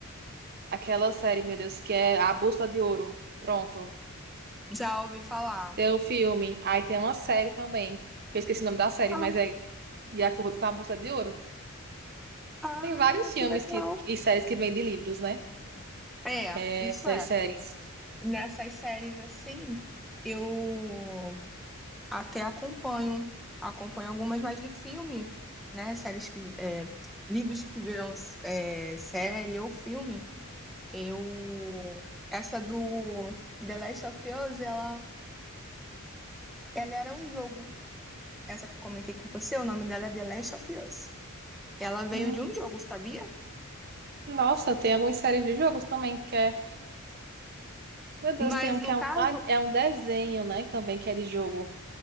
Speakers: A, on the right (about 45°); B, in the centre.
A: Aquela série, meu Deus, que é A Bússola de Ouro. Pronto.
B: Já ouvi falar.
A: Tem o filme. Aí tem uma série também. que Eu esqueci o nome da série,
B: Ah,
A: mas é de acordo com A Bússola de Ouro.
B: ah,
A: Tem vários filmes
B: que legal.
A: que, e séries que vêm de livros, né?
B: É,
A: É,
B: isso
A: essas
B: é.
A: séries.
B: Nessas séries assim, eu até acompanho. Acompanho algumas mais de filme, né? Séries que. é, livros que viram é, série ou filme. Eu. Essa do The Last of Us, ela, ela era um jogo. Essa que eu comentei com você, o nome dela é The Last of Us. Ela veio
A: Hum.
B: de um jogo, sabia?
A: Nossa, tem algumas séries de jogos também que é. Meu Deus,
B: Mas
A: tem um
B: no
A: que é
B: caso
A: um, é um desenho, né? Também que é de jogo.